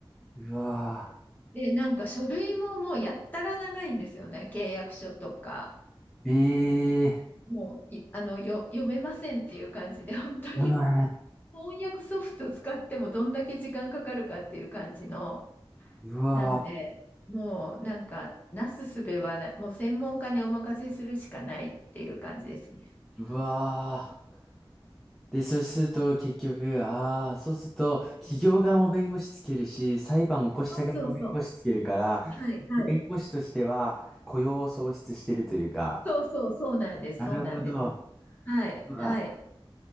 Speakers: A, in the centre; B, on the left.
A: うわ
B: で、なんか書類ももうやったら長いんですよね、契約書とか。
A: ぁ、ええ
B: もう、いあの、よ、読めませんっていう感じで、本当に
A: ー、はい、
B: 翻訳ソフト使ってもどんだけ時間かかるかっていう感じの、
A: うわ
B: なんで、もうなんか、なすすべはない、もう専門家にお任せするしかないっていう感じですね。
A: ぁ、うわぁ。で、そうすると結局、ああ、そうすると企業側も弁護士つけるし、裁判を起こした側も弁護士つけるから、
B: そうそうそう。はい、はい。
A: 弁護士としては雇用を創出してるというか、
B: そうそう、そうなんです、
A: なるほど。
B: そうなんです。はい、
A: うわ
B: はい。